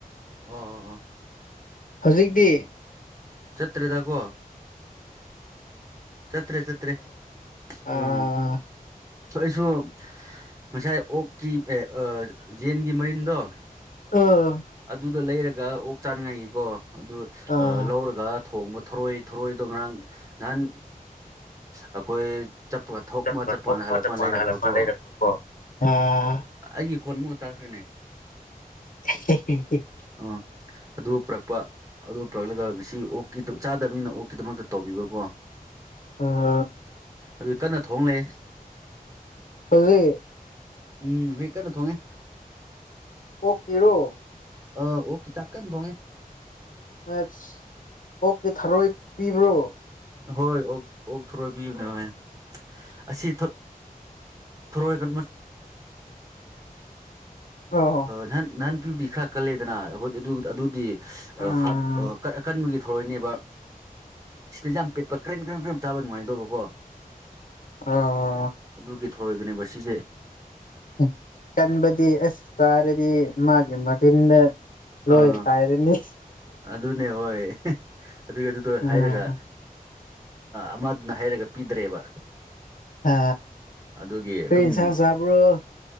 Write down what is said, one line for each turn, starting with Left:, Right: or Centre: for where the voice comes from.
Right: ꯑꯣ ꯑꯣ ꯑꯣ
Left: ꯍꯧꯖꯤꯛꯇꯤ
Right: ꯆꯠꯇ꯭ꯔꯦꯗ ꯀꯣ ꯆꯠꯇ꯭ꯔꯦ ꯆꯠꯇ꯭ꯔꯦ
Left: ꯑꯥ
Right: ꯑꯝ ꯑꯩꯁꯨ ꯉꯁꯥꯏ ꯑꯣꯛꯀꯤ ꯌꯦꯟꯒꯤ ꯃꯔꯤꯟꯗꯣ
Left: ꯑꯣ
Right: ꯑꯗꯨꯗ ꯂꯩꯔꯒ ꯑꯣꯛ ꯆꯥꯅꯤꯡꯉꯥꯏꯒꯤꯀꯣ ꯑꯗꯨ
Left: ꯑꯥ
Right: ꯂꯧꯔꯒ ꯊꯣꯡꯕ ꯊꯔꯣꯏ ꯊꯔꯣꯏꯗꯣ ꯉꯔꯥꯡ ꯅꯍꯥꯟ ꯑꯩꯈꯣꯏ ꯆꯠꯄꯒ ꯊꯣꯛꯃ
Left: ꯆꯠꯄꯒ
Right: ꯆꯠꯄ
Left: ꯊꯣꯛꯄ
Right: ꯀꯥꯟꯗ ꯍꯜꯂꯛꯄꯅ
Left: ꯆꯠꯄ
Right: ꯂꯩꯔꯛꯄꯀꯣ
Left: ꯀꯥꯟꯗ ꯍꯜꯂꯛꯄ ꯂꯩꯔꯛꯄꯀꯣ ꯑꯥ
Right: ꯑꯩꯒꯤ ꯈꯣꯟꯃꯨꯒ ꯇꯥꯈ꯭ꯔꯦꯅꯦ
Left: ꯍꯦ ꯍꯦ ꯍꯦ ꯍꯦ
Right: ꯑꯥ ꯑꯗꯨ ꯄꯨꯔꯛꯄ ꯑꯗꯨ ꯄꯨꯔꯛꯂꯒ ꯉꯁꯤ ꯑꯣꯛꯀꯤꯗꯨ ꯆꯥꯗꯕꯅꯤꯅ ꯑꯣꯛꯀꯤꯗꯃꯛꯇ ꯇꯧꯕꯤꯕꯀꯣ
Left: ꯑꯥ
Right: ꯑꯗꯨ ꯀꯟꯅ ꯊꯣꯡꯂꯦ
Left: ꯍꯧꯖꯤꯛ
Right: ꯎꯝ ꯍꯣꯏ ꯀꯟꯅ ꯊꯣꯡꯉꯦ
Left: ꯀꯣꯛ ꯀꯔꯣ
Right: ꯑ ꯑꯣ ꯆꯥꯛꯀ ꯊꯣꯉꯦ
Left: ꯑꯁ ꯑꯣꯣꯛꯀꯤ ꯊꯥꯔꯣꯏ ꯄꯤꯕ꯭ꯔꯣ
Right: ꯍꯣꯏ ꯑꯣ ꯑꯣꯛ ꯊꯣꯔꯣꯏꯕꯤꯌꯨꯅꯦ ꯍꯍ ꯑꯁꯤ ꯊꯣꯔꯣꯏꯒ
Left: ꯑꯣ
Right: ꯅꯍꯥꯟ ꯅꯍꯥꯟ ꯄꯤꯕꯨꯗꯤ ꯈꯔ ꯀꯜꯂꯦꯗꯅ ꯑꯩꯈꯣꯏꯗꯤ ꯑꯗꯨꯗꯤ
Left: ꯎꯝ
Right: ꯍꯥꯠꯀꯟꯕꯒꯤ ꯊꯧꯔꯣꯏꯅꯦꯕ ꯁꯤꯗ ꯌꯥꯝ ꯄꯤꯠꯄ ꯀꯔꯝ ꯀꯝꯔꯝ ꯆꯥꯕ ꯅꯨꯡꯉꯥꯏꯗꯧꯕ ꯀꯣ
Left: ꯑ
Right: ꯑꯗꯨꯒꯤ ꯊꯏꯗꯨꯅꯦꯕ ꯁꯤꯁꯦ
Left: ꯎ ꯀꯟꯕꯗꯤ ꯑꯁ ꯇꯥꯔꯗꯤ ꯃꯥꯒꯤ ꯃꯔꯤꯤꯟꯗ ꯂꯣꯏ
Right: ꯑꯥ
Left: ꯀꯥꯏꯔꯅꯤ
Right: ꯑꯗꯨꯅꯦ ꯍꯣꯏ ꯑꯗꯨꯒꯤ ꯑꯗꯨꯗꯣ
Left: ꯎꯝ
Right: ꯍꯥꯏꯔꯒ ꯑꯃꯗꯨꯅ ꯍꯥꯏꯔꯒ ꯄꯤꯗ꯭ꯔꯦꯕ
Left: ꯑ
Right: ꯑꯗꯨꯒꯤ
Left: ꯄꯔꯤꯤꯟꯁꯪ
Right: ꯑꯗꯨꯝ
Left: ꯆꯕ꯭ꯔꯣ